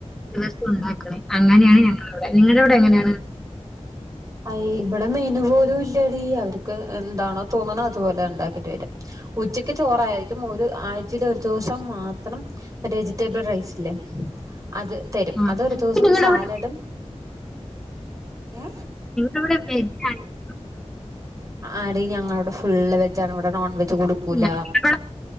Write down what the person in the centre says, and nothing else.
ദിവസം ഉണ്ടാക്കണേ അങ്ങനെയാണ് ഞങ്ങളവിടെ നിങ്ങളുടെവിടെ എങ്ങനെയാണ്?
ആഹ്.
അപ്പൊ നിങ്ങടെ
അവിടെ
ഇവിടെ വെജ് ആണ് <inaudible>
<inaudible>